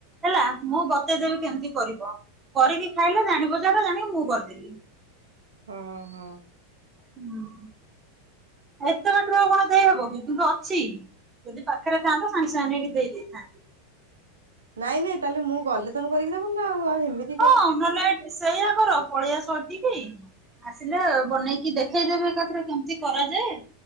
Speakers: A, on the right; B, on the right.
A: ହେଲା ମୁଁ ବତେଇଦେବି କେମିତି କରିବ କରିକି ଖାଇଲେ ଜାଣିବ ଯେ ହେଟା ଜାଣିକି ମୁଁ କରିଦେଲି।
B: ହୁଁ ହୁଁ।
A: ହୁଁ <unintelligible> ଏତେ ବାଟରୁ ଆଉ କଣ ଦେଇହବ କି କିନ୍ତୁ ଅଛି ଯଦି ପାଖରେ ଥାଆନ୍ତ ସାଙ୍ଗେ ସାଙ୍ଗେ ମାନେ ନେଇକି ଦେଇ ଦେଇଥାନ୍ତି।
B: ନାଇଁ ନାଇଁ ତାହେଲେ ମୁଁ ଗଲେ ତମେ କରିକି ଦେବନି ନା ଆଉ ଆଉ ହେମିତି
A: ହୋଉ ନହେଲେ ସେଇଆ କର ପଳେଇଆସ ଏ <unintelligible> ଆସିଲେ ବନେଇକି ଦେଖେଇଦେବେ ଏକାଥରେ କେମିତି କରାଯାଏ।